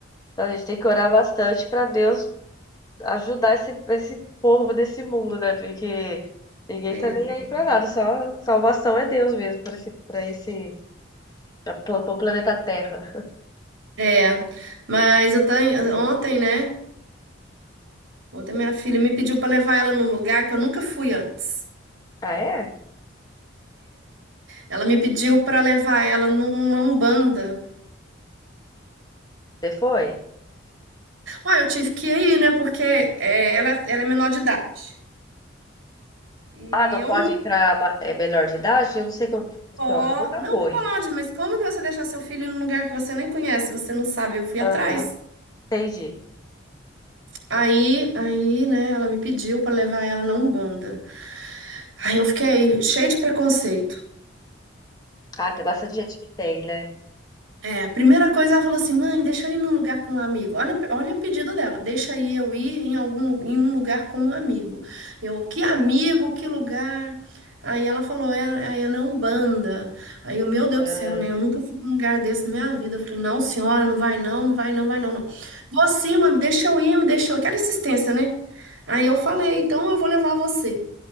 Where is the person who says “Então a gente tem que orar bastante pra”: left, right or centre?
Left